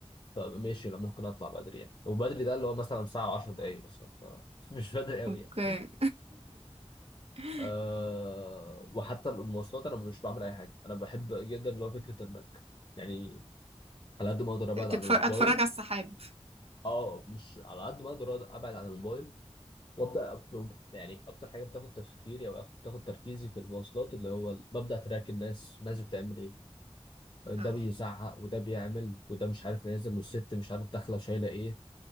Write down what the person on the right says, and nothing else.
أوكي
<laughs>
تتفرج
أتفرج على السحاب
اه